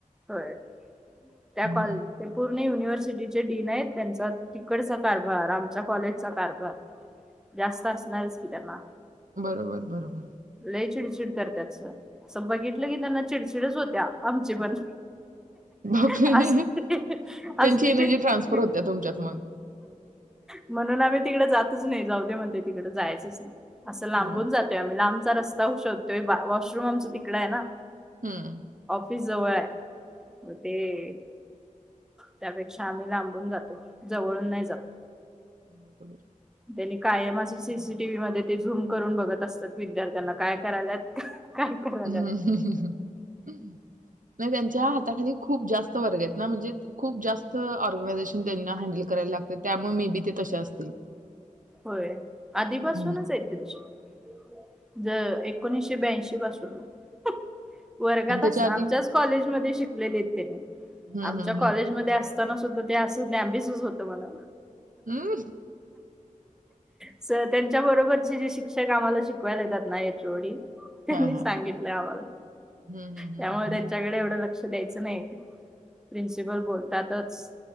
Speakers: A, in the centre; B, on the right.
A: <inaudible> त्या
B: हम्म
A: कॉल ते पूर्ण युनिव्हर्स चे डीन आहेत त्यांचा तिकडचा कारभार आमच्या कॉलेजचा कारभार जास्त असणारच की त्यांना.
B: बरोबर, बरोबर.
A: लई चिडचिड करत्यात सर. अस बघितलं की त्यांना चिडचिडच होत्या आमची पण.
B: बापरे!
A: अस असली
B: त्यांची एनर्जी
A: चिडचिड
B: ट्रान्सफर होत्या तुमच्यात मग.
A: म्हणून आम्ही तिकड जातच नाही जाऊ दे म्हणते तिकडं जायचच नाही. असं लांब
B: होय.
A: होऊन जातय आम्ही लाम चा रस्ता हू शोधतोय वा वॉशरूम आमंच तिकडय ना.
B: हं.
A: दी जवळ हाय. हो ते त्यापेक्षा आम्ही लांबून जातो जवळून नाही जात.
B: <inaudible>
A: त्यांनी कायम असे सीसीटीव्हीमध्ये ते झूम करून बघत असतात विद्यार्थ्यांना काय करायल्यात. काय करायल्यात
B: नाही त्यांच्या हाताखाली खूप जास्त वर्ग आहेत ना म्हणजे खूप जास्त ऑर्गनायझेशन त्यांनी हॅण्डल कराय लागते त्यामुळे मी तिथं तशा असतील...
A: होय आधीपासूनच
B: हम्म
A: आहेत ते तशी ज एकोणीशे ब्यांशी पासून ह वर्गात
B: आणि त्याच्या
A: आस
B: आधी
A: आमच्याच कॉलेजमध्ये शिक केलेत त्यांनी...
B: हं,
A: आमच्या
B: हं,
A: कॉलेजमध्ये
B: हं.
A: अस त्याना सुद्धा ते असंच डॅबीसच होतं मला
B: हम्
A: सर त्यांच्या बरोबरचे जे शिक्षक आम्हाला शिकवायला येतात ना एच ओ डी त्यांनी
B: हां, हां,
A: सांगितलं
B: हां.
A: आम्हाला
B: हं, हं, हं,
A: त्यामुळे
B: हं.
A: त्यांच्याकडे एवढं ल तस द्यायचं नाही प्रिन्सिपल बोलतातच